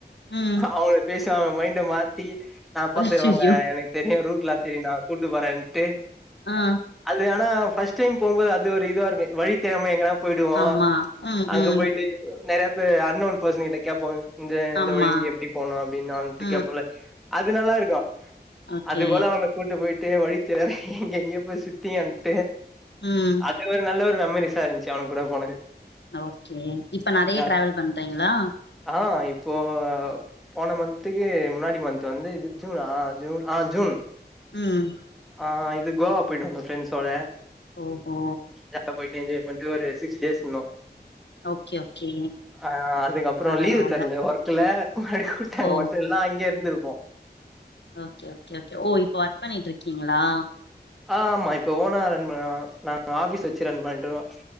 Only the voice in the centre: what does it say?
அவ் லேஸா அவ்ங்க மைண்ட மாத்தி நா பாத்துக்கறே
வாங்க எனக்கு தெரியு ரூட்லா தெரியு நா கூட்டு போறேன்ட்டு
அது ஆனா ஃபஸ்ட் டைம் போகும்போது அது ஒரு இதுவா இருக்கு வழி தெரியாம எங்கனா போயிடுவோ
அங்க
போயிட்டு நெறைய பேர் அன்னோன் பெர்சன் கிட்ட கேப்போ இந்த இந்த
வழிக்கு எப்டி போனு அப்டின்னு அவன்கிட்ட
கேப்போல்ல அது நல்லாருக்கு
து போல அவங்கள கூட்டு போய்ட்டு வழி தெர்யாத எங்கெங்கெயோ போய் சுத்தியன்ட்டு
அது ஒரு நல்ல ஒரு மெமரிஸா இருந்ச்சி அவனுங் கூட போனது
ஜா
ஆ இப்போ போன மந்த்துகு முன்னாடி மந்த் வந்து இது ஜுனா ஜுன் ஆ ஜுன்
ஆ இது கோவா போய்ன்னு வந்தோ ஃப்ரெண்ட்ஸோட
ஜா <inaudible> போய்ட்டு என்ஜாய் பண்ட்டு ஒரு சிக்ஸ் டேஸ் இந்நோ
ஆ அதுக்கப்பறோ
லீவு தர்ல ஒர்த்துல <unintelligible> விட்டாங்க
வந்ட்டோ இல்னா அங்கே இருந்துருப்போ
ஆ ஆமா இப்ப ஓனா ரன் பண நாங்க ஆஃபிஸ் வச்சி ரன் பண்ட்டுருகோ